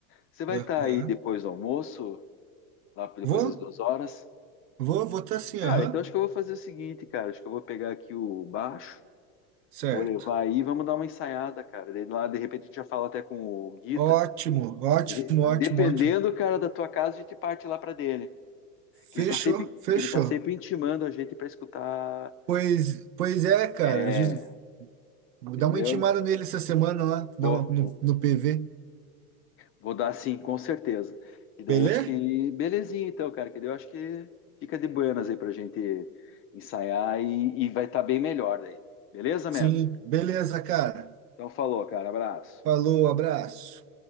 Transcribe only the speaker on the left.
Você vai
estar aí depois do almoço, lá depois
das duas horas?
Cara,
então acho que eu vou fazer o seguinte, cara. Acho que eu vou pegar aqui o baixo,
vou levar aí, vamos dar uma ensaiada, cara. Daí lá, de repente, a gente já fala até com o Guita.
De-
Dependendo,
cara, da tua casa, a gente parte lá pra dele. Que
ele tá sempre, que
ele tá sempre intimando a gente pra escutar.
É,
entendeu?
Vou,
vou,
vou dar sim, com certeza. E daí
acho que belezinha, então, cara. Que daí eu acho que fica de buenas aí pra gente ensaiar e, e vai estar bem melhor daí. Beleza,
mano?
Então falou, cara. Abraço.